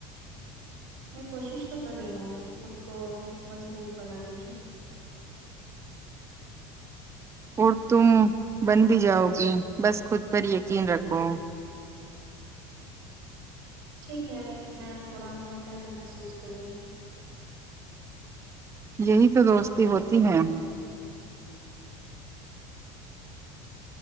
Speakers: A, on the right; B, on the right.
A: میں کوشش تو کر رہی ہوں خود کو مضبوط بنانے کی
B: اور تم بن بھی جاؤ گی بس خود پر یقین رکھو
A: ٹھیک ہے میں اب تھوڑا بہتر محسوس کر رہی ہوں
B: یہی تو دوستی ہوتی ہے